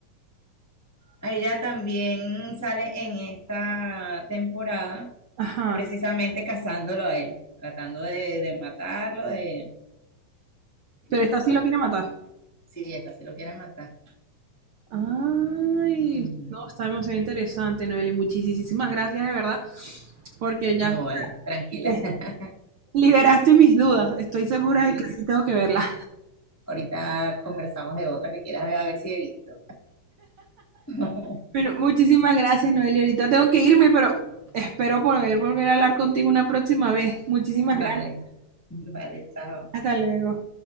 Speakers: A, on the left; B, on the right.
A: A ella también sale en esta temporada,
B: Ajá.
A: precisamente cazándolo a él, tratando de, de matarlo, de, de
B: Pero
A: cazarlo.
B: esta sí lo quiere matar.
A: Sí, esta sí lo quiere matar.
B: Ay,
A: Ujú.
B: no, está demasiado interesante, Noeli. Muchísimas gracias, de verdad, porque ya
A: No, vale, tranquila.
B: este,
A: <laughs>
B: liberaste mis dudas. Estoy segura
A: Sí,
B: de que sí tengo que verla.
A: ahorita conversamos de otra que quieras ver, a ver si he visto. <laughs>
B: Bueno, muchísimas gracias, Noeli. Ahorita tengo que irme, pero espero poder volver a hablar contigo una próxima vez. Muchísimas
A: Vale,
B: gracias.
A: vale, chao.
B: hasta luego